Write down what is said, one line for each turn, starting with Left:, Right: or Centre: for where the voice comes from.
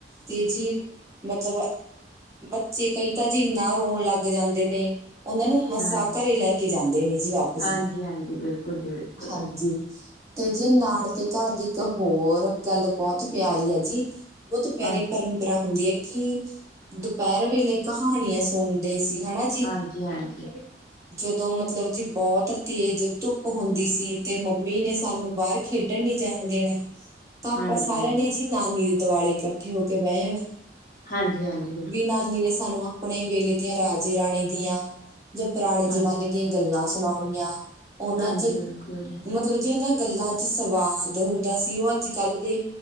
Right: ਤੇ ਜੀ ਮਤਲਬ ਬੱਚੇ ਕਈ ਤਾਂ ਜੀ ਈਨਾ ਰੋਣ ਲੱਗ ਜਾਂਦੇ ਨੇ। ਓਨਾਂ ਨੂੰ ਮਸਾ
Left: ਹਾਂ
Right: ਘਰੇ ਲੈ ਕੇ ਜਾਂਦੇ ਨੇ ਜੀ ਵਾਪ
Left: ਹਾਂਜੀ ਹਾਂਜੀ ਬਿਲਕੁਲ ਜੀ ਬਿਲਕੁਲ
Right: ਹਾਂਜੀ। ਤੇ ਜੀ ਨਾਨਕੇ ਘਰ ਦੀ ਇੱਕ ਹੋਰ ਗੱਲ ਬੋਤ ਪਿਆਰੀ ਆ ਜੀ। ਬੋਤ
Left: ਹਾਂ
Right: ਪਿਆਰੀ ਪਰੰਪਰਾ ਹੁੰਦੀ ਐ ਕੀ, ਦੁਪੈਰ ਵੇਲੇ ਕਹਾਣੀਆਂ ਸੋਣਦੇ ਸੀ ਹਣਾਂ।
Left: ਹਾਂਜੀ-ਹਾਂਜੀ।
Right: ਜਦੋਂ ਮਤਲਬ ਜੀ ਬੋਤ ਤੇਜ ਧੁੱਪ ਹੁੰਦੀ ਸੀ, ਤੇ ਮੰਮੀ ਨੇ ਸਾਨੂੰ ਬਾਰ ਖੇਡਣ ਨੀ ਜਾਣ ਦੇਣੈ, ਤਾਂ ਆਪਾਂ
Left: ਹਾਂਜੀ
Right: ਸਾਰੇਆਂ
Left: ਹਾਂ
Right: ਨੇ ਜੀ ਨਾਨੀ ਦੇ ਦਵਾਲੇ਼ ਕੱਠੇ ਹੋ ਕੇ ਬੈ ਜਾਣਾ।
Left: ਹਾਂਜੀ-ਹਾਂਜੀ।
Right: ਵੀ ਨਾਨੀ ਨੇ ਸਾਨੂੰ ਆਪਣੇ ਵੇਲੇ ਦੀਆਂ ਰਾਜੇ ਰਾਣੀ ਦੀਆਂ ਜਾਂ ਪਰਾਣੇ
Left: ਹਾਂਜੀ
Right: ਜਮਾਨੇ ਦੀਆਂ ਗੱਲਾਂ ਸੁਣਾਓਣੀਆਂ, ਓਨਾਂ
Left: ਹਾਂਜੀ
Right: ਚ
Left: ਬਿਲਕੁਲ ਜੀ
Right: ਮਤਲਬ ਜੇ ਓਨਾਂ ਗੱਲਾਂ ਚ ਸਵਾਦ ਹੁੰਦਾ ਸੀ, ਓ ਅੱਜ-ਕੱਲ ਦੇ